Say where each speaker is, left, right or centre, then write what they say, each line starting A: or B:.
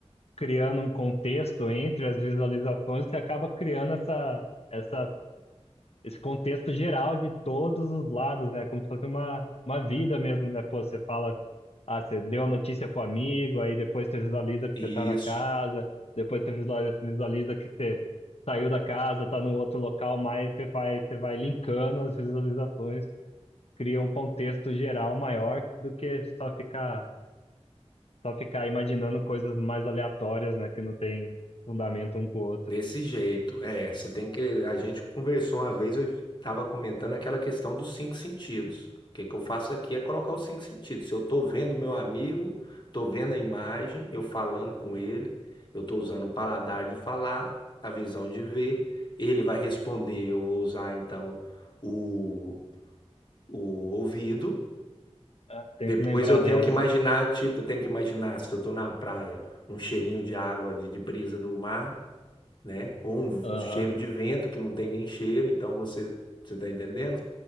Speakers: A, on the left; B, on the left.
A: criando um contexto entre as visualizações, você acaba criando essa, essa, esse contexto geral de todos os lados, né? Como se fosse uma, uma vida mesmo, né? Pô, você fala, ah, você deu a notícia pro amigo, aí depois você visualiza que
B: isso.
A: você tá na casa, depois você visualiza, visualiza que você saiu da casa, tá no outro local, mas você vai, você vai linkando as visualizações cria um contexto geral maior do que só ficar, só ficar imaginando coisas mais aleatórias, né, que não tem fundamento um com o outro.
B: Desse jeito. É, você tem que. A gente conversou uma vez, eu estava comentando aquela questão dos cinco sentidos. O que que eu faço aqui é colocar os cinco sentidos. Se eu estou vendo meu amigo, estou vendo a imagem, eu falando com ele, eu estou usando o paladar de falar, a visão de ver, ele vai responder, eu vou usar então o, o ouvido.
A: Ah, Tem
B: Depois
A: que lembrar
B: eu tenho
A: dessa.
B: que imaginar,
A: hum,
B: tipo, eu tenho que imaginar se eu estou na praia, um cheirinho de água, de de brisa do mar né? Ou um,
A: Aham.
B: um cheiro de vento que não tem nem cheiro, então você você tá entendendo?